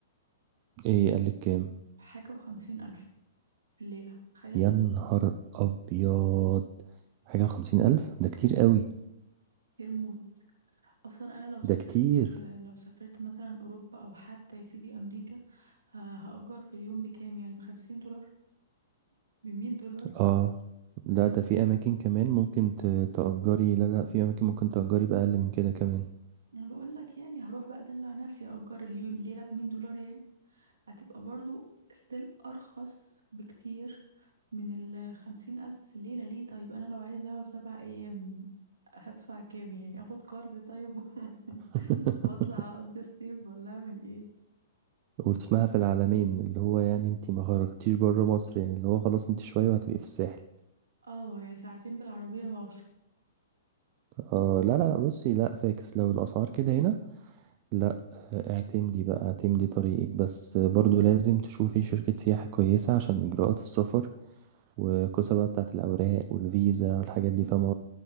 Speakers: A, on the right; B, on the right.
A: ايه قالك كام
B: حاجة وخمسين ألف في الليلة تخيل
A: يا نهار أبيض حاجة وخمسين ألف ده كتير قوي
B: غير موت أصلا أنا لو سافرت
A: ده كتير
B: لو سافرت مثلا أوروبا أو حتى يا سيدي أمريكا ه- هأجر في اليوم بكام يعني بخمسين دولار بمية دولار
A: اه لا
B: يعني
A: ده في اماكن كمان ممكن ت- تأجري لا لا في اماكن ممكن تأجري بأقل من كده كمان
B: أنا بقول لك يعني هروح بقى أدلع نفسي أجر اليو- الليلة بمية دولار يعني هتبقى برضو ستيل أرخص بكتير من الخمسين ألف في الليلة ليه طيب أنا لو عايزة أقعد سبع أيام هدفع كام يعني أخد قرض طيب <laughs>
A: <laughs>
B: وأطلع أقضي الصيف ولا أعمل إيه
A: واسمها في العالمين اللي هو يعني انت ما خرجتيش بره مصر يعني اللي هو خلاص انت شوية وهتبقي في الساحل
B: اه يعني ساعتين بالعربية واوصل
A: اه لا لا بصي لا فاكس لو الاسعار كده هنا لا آه، اعتمدي بقى اعتمدي طريقك بس آه، برضو لازم تشوفي شركة سياحة كويسة عشان اجراءات السفر والقصة بقى بتاعت الاوراق والفيزا والحاجات دي فاهمة